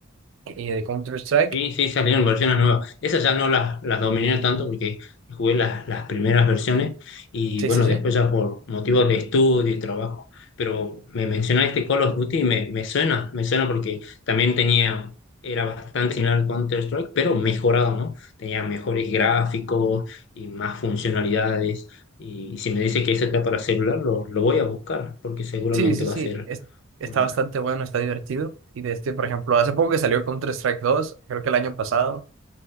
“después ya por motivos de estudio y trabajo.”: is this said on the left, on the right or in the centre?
Left